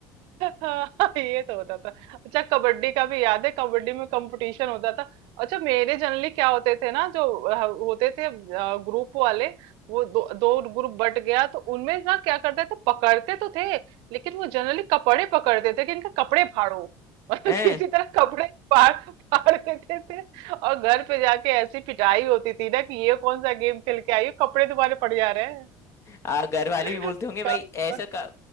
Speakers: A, on the right; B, on the left.
A: हाँ ये तो होता था अच्छा कबड्डी का भी याद है कबड्डी में कंपटीशन होता था अच्छा मेरे जनरली क्या होते थे ना जो अ, होते थे ग्रुप वाले वो दो दो ग्रुप बट गया तो उनमें ना क्या करते थे पकड़ते तो थे लेकिन वो जनरली कपड़े पकड़ते थे कि इनका कपड़े फाड़ो मतलब
B: है
A: किसी तरह कपड़े फाड़ फाड़ देते थे और घर पे जाके ऐसी पिटाई होती थी ना कि ये कौन सा गेम खेल के आई हो कपड़े तुम्हारे पड़ जा रहे हैं
B: आ घर वाले
A: <laughs>
B: भी बोलते होंगे भाई
A: काफी
B: ऐसा क-